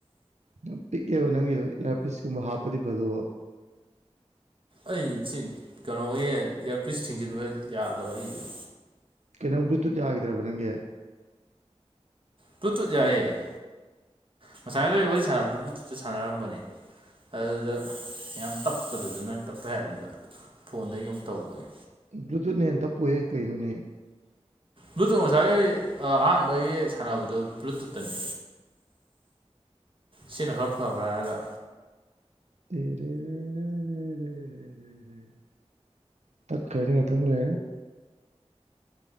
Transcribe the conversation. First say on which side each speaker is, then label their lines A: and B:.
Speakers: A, on the right; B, on the right.
A: ꯅꯪ ꯄꯤꯛꯑꯦꯕ ꯅꯪꯒꯤꯗꯣ ꯏꯌꯥꯔ ꯄꯤꯁꯀꯨꯝꯕ ꯍꯥꯞꯄꯗꯤ ꯐꯗ
B: ꯑꯩ ꯀꯩꯅꯣꯒꯤ ꯏꯌꯥꯔꯄꯤꯁ ꯊꯤꯡꯖꯤꯟꯕ ꯌꯥꯗꯕ ꯑꯩꯗꯣ
A: ꯀꯩꯅꯣ ꯕ꯭ꯂꯨꯇꯨꯠ ꯌꯥꯈꯤꯗ꯭ꯔꯕ ꯅꯪꯒꯤ
B: ꯕ꯭ꯂꯨꯇꯨꯊ ꯌꯥꯑꯌꯦ
A: <unintelligible>
B: ꯉꯁꯥꯏꯒ ꯋꯥꯔꯤ ꯁꯥꯟꯅꯕꯗ ꯕ꯭ꯂꯨꯇꯨꯠꯇ ꯁꯥꯟꯅꯔꯝꯕꯅꯤ ꯑꯗꯨꯗ ꯌꯥꯝ ꯇꯞꯄꯗꯨꯗ ꯅꯪ ꯇꯞꯄꯦ ꯍꯥꯏꯗꯨꯗ ꯐꯣꯟꯗꯒꯤ ꯑꯃꯨꯛ ꯇꯧꯕꯅꯤ
A: ꯕ꯭ꯂꯨꯇꯨꯠꯅ ꯍꯦꯟ ꯇꯄꯣꯛꯑꯦ ꯀꯩꯅꯣꯅꯦ
B: ꯕ꯭ꯂꯨꯇꯨꯠ ꯃꯁꯥꯏꯒꯤ ꯑꯍꯥꯟꯕꯒꯤ ꯁꯥꯟꯅꯕꯗꯨ ꯕ꯭ꯂꯨꯇꯨꯠꯇꯅꯦ ꯁꯤꯅ ꯈꯔ ꯐꯕ꯭ꯔꯥ ꯍꯥꯏꯒ
A: ꯔꯦ ꯔꯦ ꯔꯦ ꯔꯦ ꯔꯦ ꯔꯦ ꯇꯠꯈꯔꯅꯤ ꯉꯥꯛꯇꯡ ꯂꯩꯔꯒ